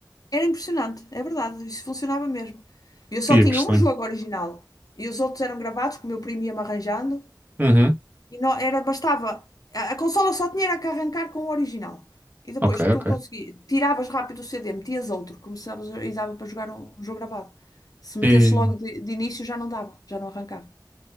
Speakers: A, on the left; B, on the right.
A: Era impressionante, é verdade, isso funcionava mesmo. Eu só
B: Ia
A: tinha
B: que estranho.
A: um jogo original e os outros eram gravados, que o meu primo ia-me arranjando,
B: Uhum.
A: e não, era, bastava. A, a consola só tinha era que arrancar com o original. E depois
B: Ok,
A: tu
B: ok.
A: consegui, tiravas rápido o CD, metias outro, começavas e dava para jogar um, um jogo gravado. Se metesse
B: E...
A: logo de, de início já não dava, já não arrancava.